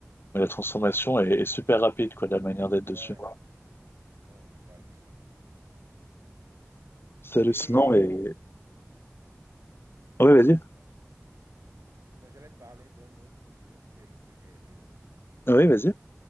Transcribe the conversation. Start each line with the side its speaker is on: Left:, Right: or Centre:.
Left: mais la transformation est, est super rapide, quoi, de la manière d'être dessus.
Right: Ouais. Non, c'est hallucinant. C'est hallucinant.
Left: C'est hallucinant,
Right: Et
Left: et... Oui, vas-y.
Right: ouais. Non, j'allais te parler d'un autre, d'une autre série que j'ai aimée aussi.
Left: Oui, vas-y.